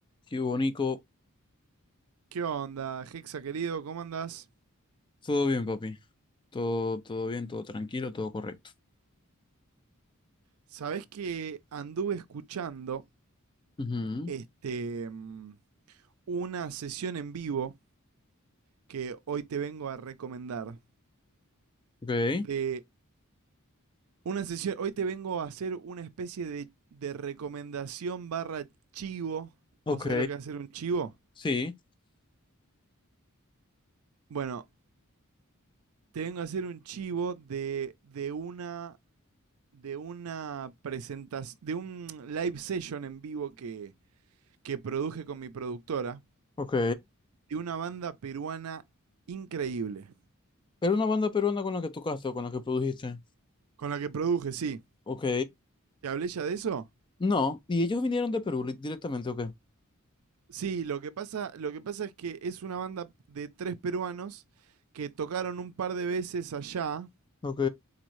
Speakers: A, on the left (about 20°); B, on the right (about 80°).
A: Qué bonito.
B: ¿Qué onda, Hexa querido? ¿Cómo andás?
A: Todo bien, papi. Todo, todo bien, todo tranquilo, todo correcto.
B: Sabés que anduve escuchando
A: Ujú.
B: este, mm, una sesión en vivo que hoy te vengo a recomendar.
A: Ok,
B: De una sesión, hoy te vengo a hacer una especie de, de recomendación barra chivo.
A: ok,
B: ¿Vos sabés lo que es hacer un chivo?
A: sí,
B: Bueno, te vengo a hacer un chivo de, de una de una presentación, de un live session en vivo que, que produje con mi productora
A: ok.
B: de una banda peruana increíble.
A: Era una banda peruana con la que tocaste o con la que produjiste.
B: Con la que produje, sí.
A: Ok.
B: ¿Te hablé ya de eso?
A: No, y ellos vinieron de Perú li- directamente, ok.
B: Sí, lo que pasa, lo que pasa es que es una banda de tres peruanos que tocaron un par de veces allá
A: Ok,